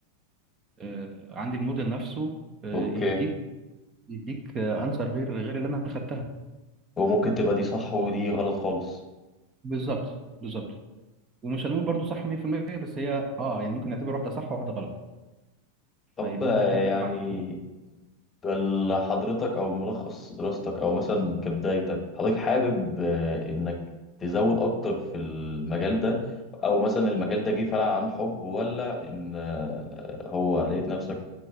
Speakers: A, on the right; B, on the left.
A: آه، عند الموديل نفسه آه،
B: أوكي
A: يديك يديك أنسر غير غير اللي أنا أخدتها
B: وممكن تبقى دي صح ودي غلط خالص
A: بالظبط بالظبط ومش هنقول برضو صح 100% بس هي أه يعني ممكن نعتبر واحدة صح وواحدة غلط
B: طب
A: فيبقى
B: آه،
A: أنت كده
B: يعني
A: مع
B: بل حضرتك او ملخص دراستك او مثلا كبدايتك حضرتك حابب آه، انك تزود اكتر في المجال ده او مثلا المجال ده جه فعلا عن حب ولا ان آه، هو لقيت نفسك